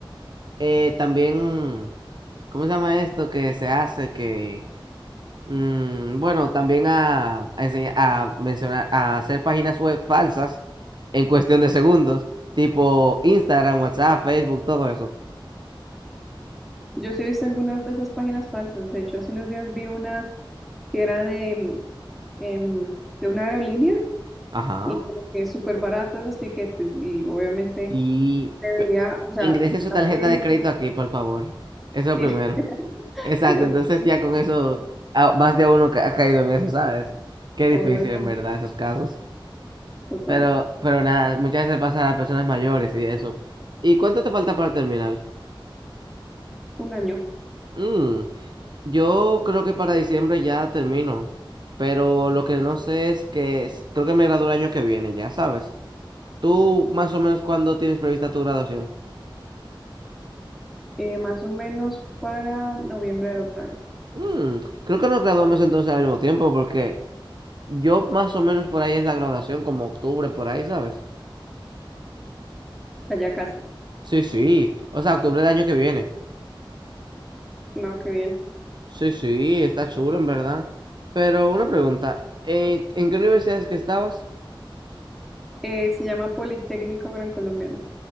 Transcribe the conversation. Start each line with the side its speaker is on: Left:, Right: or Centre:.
Right: Eh, también, ¿cómo se llama esto que se hace? Que, mm, bueno, también a, a enseñar, a mencionar, a hacer páginas web falsas en cuestión de segundos, tipo Instagram, WhatsApp, Facebook, todo eso.
Centre: Yo sí he visto algunas de esas páginas falsas. De hecho, hace unos días vi una que era de, mm, em, de una aerolínea
Right: Ajá.
Centre: y como que súper baratos los tiquetes y obviamente
Right: Y
Centre: se
Right: pe-
Centre: veía, o sea,
Right: ingrese su
Centre: la
Right: tarjeta
Centre: fuente,
Right: de crédito aquí, por favor. Eso es lo
Centre: <laughs>
Right: primero. Exacto,
Centre: sí,
Right: entonces ya con eso, ah, más de uno ca- ha caído en eso, ¿sabes? Qué
Centre: Obvio,
Right: difícil, en verdad, esos casos.
Centre: total.
Right: Pero, pero nada, muchas veces pasa a las personas mayores y eso. ¿Y cuánto te falta para terminar?
Centre: Un año.
Right: Mm, yo creo que para diciembre ya termino, pero lo que no sé es que s- creo que me gradúo el año que viene, ya sabes. ¿Tú más o menos cuándo tienes prevista tu graduación?
Centre: Eh, más o menos para noviembre del otro año.
Right: Mm, creo que nos graduamos entonces al mismo tiempo porque yo más o menos por ahí es la graduación, como octubre, por ahí, ¿sabes?
Centre: O sea, ya casi.
Right: Sí, sí, o sea, octubre del año que viene.
Centre: No, qué bien.
Right: Sí, sí, está chulo en verdad. Pero una pregunta, ¿en, en qué universidades que estabas?
Centre: Eh, se llama Politécnico Gran Colombiano.